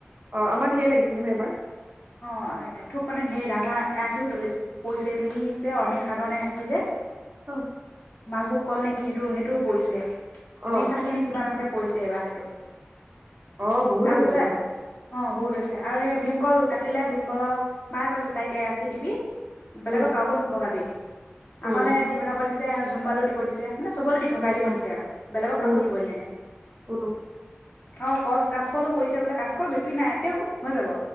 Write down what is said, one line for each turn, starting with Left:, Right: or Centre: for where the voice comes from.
Right: অ' আমাৰ ঢেৰ লাগিছে নহয় এইবাৰ।
Left: অ' এক থোক মানে ঢেৰ ডাঙৰ এক আখিও তলি পৰিছে মানে এই যে অৰমিত সাগৰ নে কি যে
Right: অ
Left: মালভোগ কল নেকি সেইটো সেইটোও পৰিছে।
Right: অ
Left: বিশ আখি নে কিমান লৈকে পৰিছে এইবাৰ সেইটো।
Right: অ' বহুত
Left: তাৰপিছতে
Right: হৈছে নহ'লে।
Left: অ বহুত হৈছে আৰু এয়া ভীমকল কাটিলে ভীমকলৰ, মায়ে কৈছে তাইকে এ আশী দিবি। বেলেগক
Right: উম
Left: কাকো, <unintelligible> আমালে
Right: উম
Left: দি পথাব দিচ সেইয়া জুমবালেওঁ দিব দিছে। মানে চবলৈ দি ভগাই
Right: উম
Left: দিব
Right: উম
Left: দিছে আৰু বেলেগক
Right: উম
Left: কাকো দিব দিয়া নাই।
Right: উম
Left: অ', ক কাচকলো পৰিছে বোলে কাচকল বেছি নাই তেও হৈ যাব।